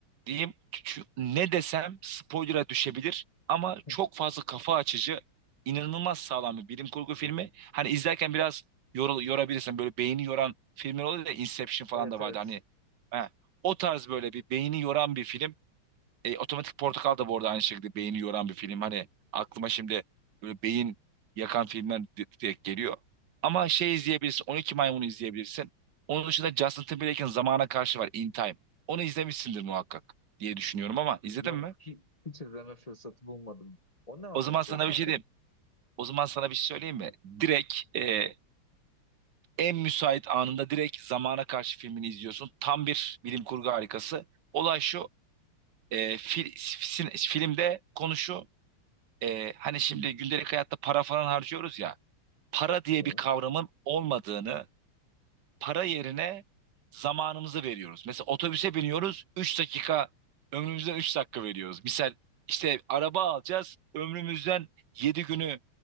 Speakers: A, on the right (about 60°); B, on the left (about 25°).
A: diyeyim. şu- Ne desem spoiler'a düşebilir. Ama
B: <laughs>
A: çok fazla kafa açıcı, inanılmaz sağlam bir bilim kurgu filmi. Hani izlerken biraz yorul, yorabilirsin. Böyle beyni yoran filmler oluyor ya. Inception falan
B: Evet
A: da vardı.
B: evet.
A: Hani heh, o tarz böyle bir beyni yoran bir film. E, Otomatik Portakal da bu arada aynı şekilde beyni yoran bir film. Hani aklıma şimdi böyle beyin yakan filmler di- direkt geliyor. Ama şey izleyebilirsin. 12 Maymun'u izleyebilirsin. Onun dışında Justin Timberlake'in Zamana Karşı var. In Time. Onu izlemişsindir muhakkak diye düşünüyorum ama izledin
B: Yok
A: mi?
B: hi- hiç izleme fırsatı bulmadım. O ne anlatıyor
A: O zaman sana
B: peki?
A: bir şey diyeyim. O zaman sana bir şey söyleyeyim mi? Direkt e, en müsait anında direkt Zamana Karşı filmini izliyorsun. Tam bir bilim kurgu harikası. Olay şu. e, fil- sin- filmde konu şu. e, hani şimdi gündelik hayatta para falan harcıyoruz ya, para diye
B: Evet.
A: bir kavramın olmadığını, para yerine zamanımızı veriyoruz. Mesela otobüse biniyoruz, üç dakika ömrümüzden 3 dakika veriyoruz. Misal işte araba alacağız, ömrümüzden 7 günü